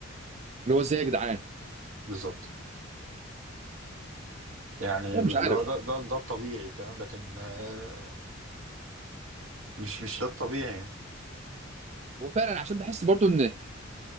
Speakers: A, on the right; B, on the right.
A: اللي هو ازاي يا جدعان
B: بالظبط يعني
A: لا
B: لو
A: مش عارف
B: ده ده ده الطبيعي فاهم لكن آه، مش مش ده الطبيعي يعني
A: هو فعلا عشان بحس برضو ان